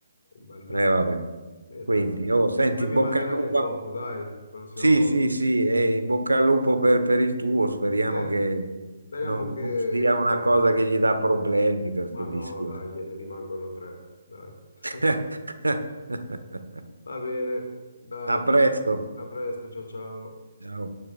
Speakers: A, on the left; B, on the right.
A: un bel mix.
B: Eh, vabbè.
A: Beh,
B: Quindi,
A: dai.
B: oh, senti,
A: Poi
B: in
A: mi
B: bocca
A: manderai
B: al lupo.
A: le foto, dai, la prossima
B: Sì,
A: volta.
B: sì, sì, e in bocca al lupo per, per il tuo, speriamo
A: Eh,
B: che
A: speriamo
B: non,
A: che...
B: non sia una cosa che gli dà problemi, perché
A: Ma no,
B: dispiace.
A: dai, ne rimangono tre, dai. <laughs>
B: <laughs>
A: Va bene, dai,
B: A presto.
A: a presto, ciao ciao.
B: Ciao.